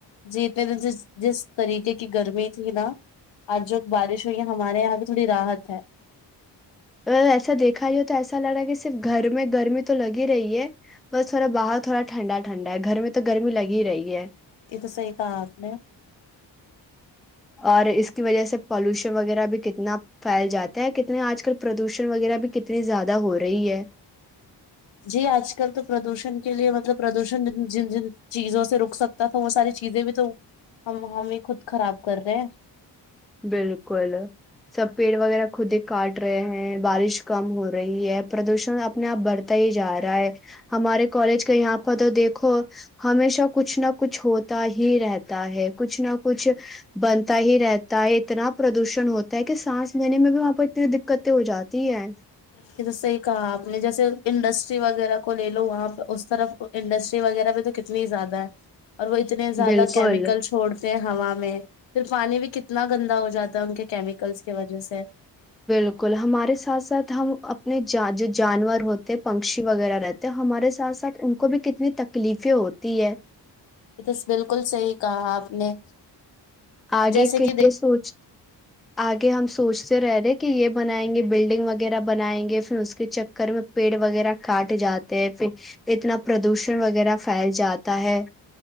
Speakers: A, on the left; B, in the centre.
A: جی اتنے جس جس طریقے کی گرمی نا آج بارش ہوئی ہے ہمارے یہاں بھی تھوڑی راحت ہے
B: ا ایسا دیکھا ج تو ایسا لگ رہا ہے کہ صرف گھر میں گرمی تو لگ ہی رہی ہے بس تھوڑا باہر تھوڑا ٹھنڈا ٹھنڈا ہے گھر میں تو گرمی لگ ہی رہی ہے
A: یہ تو صحی کہاات نے
B: اور اس کی وجہ سے پالوشن وغیرہ بھی کتنا پھیل جاتا ہے کتنے آج کل پردوشن وغیرہ بھی کتنی زیادہ ہو رہی ہے
A: جی آج کل تو پردوشن کے لیے مطلب پردوشن جن جن چیزوں سے رک سکتا تھا وہ ساری چیزیں بھی تو ہم ہمیں خود خراب کر رہے ہیں
B: بالکل سب پیڑ وغیرہ خود ہی کاٹ رہے ہیں بارش کم ہو رہی ہے پردوشن اپنے آپ بڑھتے پ ہی جا رہا ہے ہمارے کالج کہ یہاں پر تو دیکھو ہمیشہ کچھ نہ کچھ ہوتا ہی رہتا ہے کچھ نہ کچھ بنتا ہی رہتا ت اتنا پردوشن ہوتا ہے کہ سانس لینے میں بھی وہاں پہ اتنی دقتیں ہو جاتی ہے
A: کہ جس یہ کہا اپ نے جیسے انڈس وغیرہ کو لے لو وہاں پہ اس طرف انڈسٹری وغیرہ بھی تو کتنی زیادہ ہے اور وہ اتنے زیادہ
B: بالکل
A: کیمیکل چھوڑتے ہیں ہوا میں پھر پانی بھی کتنا گندا ہو جاتا ہے ان کے کیمل کی وجہ سے
B: بالکل ہمارے ساتھ ساتھ ہم اپنے جو جانور ہوتے ہیں پنکشی وغیرہ رہتے ہمارے ساتھ ساتھ ان کو بھی کتنی تکلیفیں ہوتی ہے
A: یہ بس بالکل صحی کہا آپ نے
B: آگے
A: جیسے
B: کے
A: کہ
B: یہ سوچ آگے ہم سوچتے رہ رہے کہ یہ بنائیں گے بلڈنگ وغیرہ بنائیں گے پھر اس کے چکر میں پیڑ وغیرہ کاٹ جاتے ہیں پھر اتنا پردوشن وغیرہ پھیل جاتا ہے